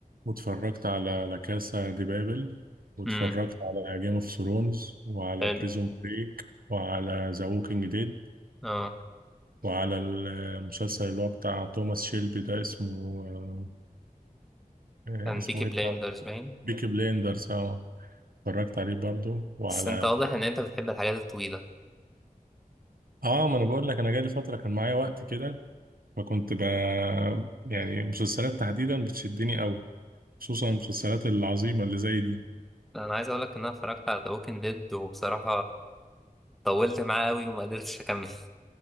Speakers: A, on the right; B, in the centre.
A: واتفرجت على لا كاسا دي بابل واتفرجت
B: امم
A: على جيم اوف ثرونز وعلى
B: حلو
A: بريزون بريك وعلى ذا ووكينج ديد
B: اه
A: وعلى المسلسل اللي هو بتاع توماس شيلبي ده اسمه أه آه،
B: كان
A: اسمه
B: بيكي بلايندرز
A: ايه بتاع
B: باين
A: بيكي بليندرز اه اتفرجت عليه برضو وعلى
B: بس أنت واضح إن أنت بتحب الحاجات الطويلة
A: اه ما انا بقول لك انا جالي فترة كان معايا وقت كده فكنت ب يعني مسلسلات تحديدا بتشدني قوي خصوصا المسلسلات العظيمة اللي زي دي
B: انا عايز اقول لك ان انا اتفرجت على ذا ووكينج ديد وبصراحه طولت معاه قوي وما قدرتش اكمل